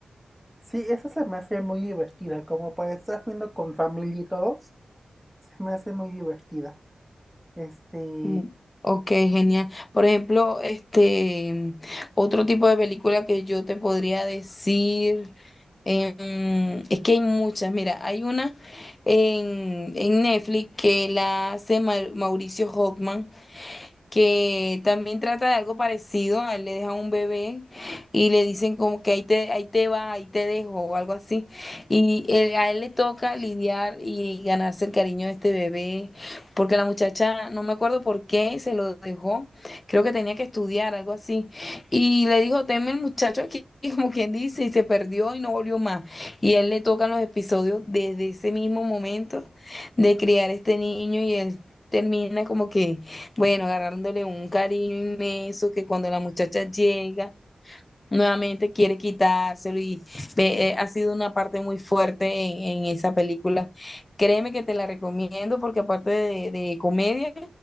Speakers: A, in the centre; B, on the left.
A: Sí, esa se me hace muy divertida, como para estar viendo con familia y todos, se me hace muy divertida. Este,
B: Mm, Ok, genial. Por ejemplo, este otro tipo de película que yo te podría decir, em, es que hay muchas. Mira, hay una en, en Netflix que la hace Ma- Mauricio Hockman que también trata de algo parecido, a él le dejan un bebé y le dicen como que ahí te, ahí te va, ahí te dejo o algo así. Y él- a él le toca lidiar y ganarse el cariño de este bebé, porque la muchacha, no me acuerdo por qué, se lo dejó, creo que tenía que estudiar, algo así. Y le dijo, teme el muchacho aquí. <laughs> como quien dice, y se perdió y no volvió más. Y a él le tocan los episodios desde ese mismo momento de criar este niño y él termina como que bueno, agarrándole un cariño inmenso que cuando la muchacha llega, nuevamente quiere quitárselo y ve- eh, ha sido una parte muy fuerte en, en esa película. Créeme que te la recomiendo porque aparte de, de comedia,